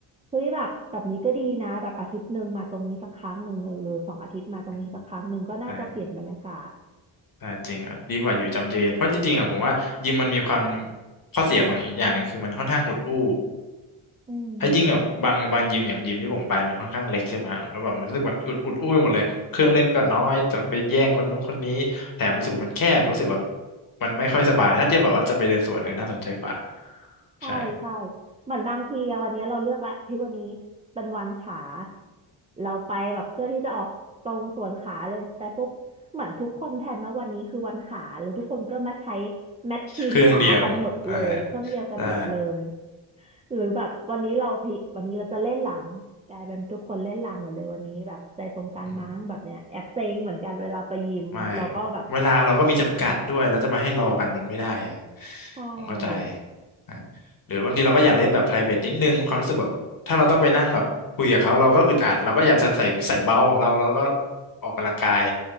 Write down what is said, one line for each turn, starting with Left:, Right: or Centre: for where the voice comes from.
Right: เฮ้ยแบบแบบนี้ก็ดีนะแบบอาทิตย์หนึ่งมาตรงนี้สักครั้งหนึ่งหรือหรือสองอาทิตย์มาตรงนี้สักครั้งหนึ่งก็น่าจะเปลี่ยนบรรยากาศ
Left: อืมใช่ใช่จริงอ่ะดีกว่าอยู่จำเจเพราะจริงๆอ่ะผมว่ายิมมันมีความข้อเสียของอย่างหนึ่งคือมันค่อนข้างอุดอู้
Right: อืม
Left: ไอ้ยิ่งแบบบางบางยิมอย่างยิมที่ผมไปมันค่อนข้างเล็กใช่ไหมฮะแล้วแบบมันรู้สึกมันอุดอุดอุ้ยหมดเลยเครื่องเล่นก็น้อยจำไปแย่งคนนู้นคนนี้แถมรู้สึกว่ามันแคบรู้สึกแบบมันไม่ค่อยสบายถ้าเทียบกับว่าจะไปเดินสวนเออน่าสนใจกว่า
Right: ใช่ใช่
Left: ใช่
Right: เหมือนบางทีอะวันเนี้ยเราเลือกละพี่วันนี้เป็นวันขาเราไปแบบเพื่อที่จะออกตรงส่วนขาเลยแต่ปุ๊บเหมือนทุกคนแพลนมาวันนี้คือวันขาแล้วทุกคนก็มาใช้แมชชีนขากันหมดเลยเครื่องเดียวกันหมดเลย
Left: เครื่องเดียวใช่ใช่
Right: หรือแบบวันนี้เราพี่วันนี้เราจะเล่นหลังกลายเป็นทุกคนเล่นหลังหมดเลยวันนี้แบบใจตรงกันมั้งแบบเนี้ยแอบเซ็งเหมือนกันเวลาไปยิมเราก็แบบ
Left: อืม ไม่เวลาเราก็มีจำกัดด้วยแล้วจะมาให้รอกันมันไม่ได้
Right: ใช่
Left: ผมเข้าใจนะหรือบางทีเราก็อยากเล่นแบบ private นิดนึงความรู้สึกแบบถ้าเราต้องไปนั่งแบบคุยกับเขาเราก็อึดอัดเราก็อยากจะใส่ใส่เบาของเราแล้วก็ออกกำลังกาย